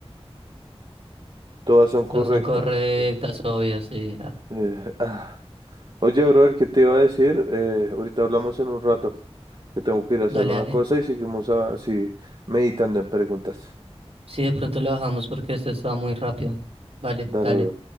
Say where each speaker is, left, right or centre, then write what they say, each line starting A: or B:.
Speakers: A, on the right; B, on the right.
A: Todas son correctas.
B: Todas son correctas,
A: Eh,
B: obvio, sí. Ah,
A: eh, ah. Oye, brother, ¿qué te iba a decir? Eh, ahorita hablamos en un rato, que tengo que ir a hacer
B: dale,
A: una
B: dale.
A: cosa y seguimos así meditando en preguntas.
B: Sí, de pronto lo bajamos porque esto está muy rápido. Vale,
A: Dale,
B: dale.
A: bro.